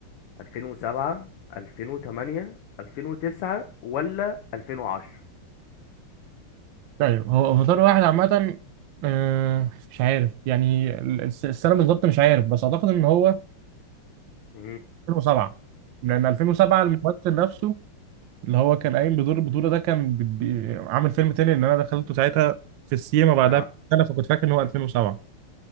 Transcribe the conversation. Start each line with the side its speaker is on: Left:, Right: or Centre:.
Left: 2007 2008 2009 ولا 2010
Right: طيب هو افاتار واحد عامة آه، مش عارف يعني ال- الس- السنة بالظبط مش عارف بس اعتقد ان هو
Left: امم
Right: 2007 لان 2007 الممثل نفسه اللي هو كان قايم بدور البطولة ده كان ب- ب- عامل فيلم تاني اللي أنا دخلته ساعتها في السينما بعدها
Left: اه
Right: بسنة فكنت فاكر إن هو 2007